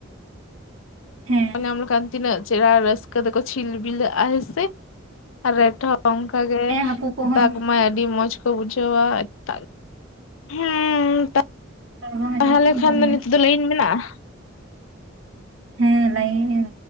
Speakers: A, on the right; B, on the left.
A: ᱦᱮᱸ
B: ᱧᱟᱢ ᱞᱮᱠᱷᱟᱱ ᱛᱤᱱᱟᱹᱜ ᱪᱮᱨᱦᱟ ᱨᱟᱹᱥᱠᱟᱹ ᱫᱚᱠᱚ ᱪᱷᱤᱞ ᱵᱤᱞᱟᱹᱜᱼᱟ ᱦᱮᱸᱥᱮ ᱟᱨ ᱨᱮᱴᱚ ᱚᱝᱠᱟ ᱜᱮ
A: ᱦᱮᱸ ᱦᱟᱹᱠᱩ ᱠᱚᱦᱚᱸ
B: ᱫᱟᱜᱽ ᱢᱟᱭ ᱟᱹᱰᱤ ᱢᱚᱸᱡᱽ ᱠᱚ ᱵᱩᱡᱷᱟᱹᱣᱟ <unintelligible> ᱦᱚᱸ <unintelligible>
A: ᱨᱚᱲ ᱵᱟᱝ ᱟᱸᱡᱚᱢᱚᱜ
B: ᱛᱟᱦᱚᱞᱮ
A: ᱠᱟᱱ
B: ᱠᱷᱟᱱ
A: ᱛᱟᱵᱤᱱᱟ
B: ᱫᱚ ᱱᱤᱛ ᱫᱚ ᱞᱟᱹᱭᱤᱱ ᱢᱮᱱᱟᱜᱼᱟ᱾
A: ᱦᱮᱸ ᱞᱟᱭᱤᱱ